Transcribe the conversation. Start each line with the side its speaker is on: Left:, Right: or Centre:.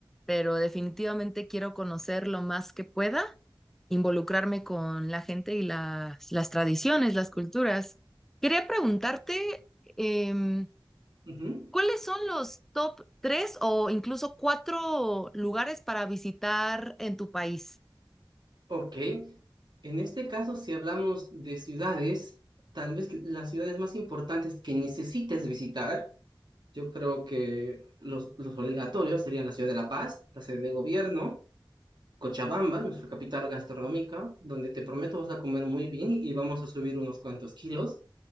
Centre: pero definitivamente quiero conocer lo más que pueda, involucrarme con la gente y las, las tradiciones, las culturas. Quería preguntarte, em,
Right: Ujú.
Centre: ¿cuáles son los top tres o incluso cuatro lugares para visitar en tu país?
Right: Ok. En este caso, si hablamos de ciudades, tal vez las ciudades más importantes que necesites visitar, yo creo que los, los obligatorios serían la ciudad de La Paz, la sede de gobierno, Cochabamba, nuestra capital gastronómica, donde te prometo vas a comer muy bien y y vamos a subir unos cuantos kilos.